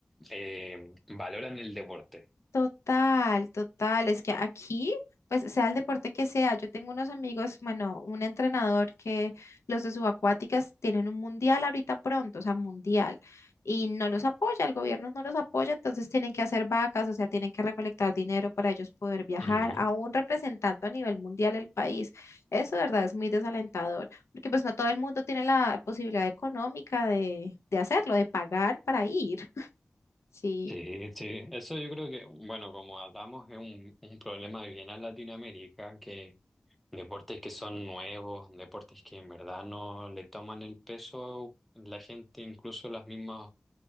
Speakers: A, in the centre; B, on the left (about 70°).
A: eh, valoran el deporte.
B: Total, total. Es que aquí, pues sea el deporte que sea, yo tengo unos amigos, bueno, un entrenador que los de subacuáticas tienen un mundial ahorita pronto, o sea, mundial, y no los apoya, el gobierno no los apoya, entonces tienen que hacer vacas, o sea, tienen que recolectar dinero para ellos poder viajar,
A: Ujú.
B: aún representando a nivel mundial el país. Eso de verdad es muy desalentador, porque pues no todo el mundo tiene la posibilidad económica de, de hacerlo, de pagar para ir. Sí.
A: Sí, sí, eso yo creo que, bueno, como hablamos, es un, un problema bien a Latinoamérica, que deportes que son nuevos, deportes que en verdad no le toman el peso, la gente, incluso las mismas,